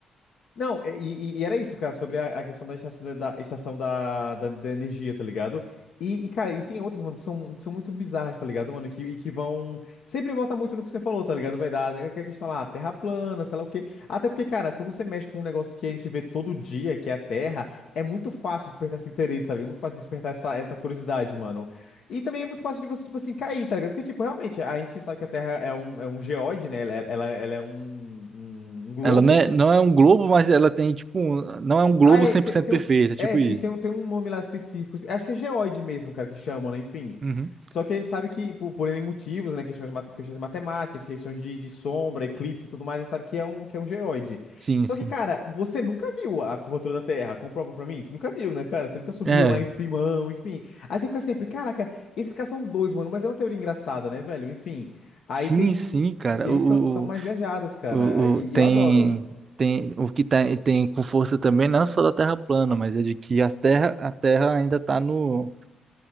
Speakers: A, on the left; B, on the right.
A: Não, é- e, e- e era isso, cara, sobre a, a questão da estação, da, da estação da, da, da energia, tá ligado? E, e, cara, e tem outras, mano, que são, que são muito bizarras, tá ligado, mano? Que, e que vão. Sempre volta muito no que você falou, tá ligado? Vai dar aquela questão lá, terra plana, sei lá o quê. Até porque, cara, quando você mexe com um negócio que a gente vê todo dia, que é a terra, é muito fácil despertar esse interesse, tá ligado? É muito fácil despertar essa, essa curiosidade, mano. E também é muito fácil de você, tipo assim, cair, tá ligado? Porque, tipo, realmente, a gente sabe que a terra é um, é um geóide, né? Ela, ela, ela é um, um um globo.
B: Ela não é, não é um globo, mas ela tem, tipo, um- não é um globo
A: Ah, é,
B: cem
A: tem,
B: por cento
A: tem
B: perfeito,
A: um,
B: é tipo
A: é,
B: isso.
A: sim, tem, um- tem um nome lá específico. Acho que é geoide mesmo, cara, que chamam, né? Enfim.
B: Uhum.
A: Só que a gente sabe que, por, por N motivos, né? Questões, mate- questões matemáticas, questões de, de sombra, eclipse e tudo mais, a gente sabe que é um, que é um geoide.
B: Sim,
A: Só
B: sim.
A: que, cara, você nunca viu a curvatura da Terra? Comprova pra mim? Você nunca viu, né, cara? Você nunca subiu
B: É,
A: lá em Simão, enfim. Aí você fica sempre, caraca, esses caras são dois, mano, mas é uma teoria engraçada, né, velho? Enfim. Aí
B: sim,
A: tem.
B: sim, cara.
A: Tem
B: O,
A: os são, são mais
B: o,
A: viajadas, cara.
B: o,
A: e
B: o- tem,
A: e eu adoro.
B: tem o que tá, tem com força também, não é só da Terra plana, mas é de que a Terra, a Terra ainda tá no,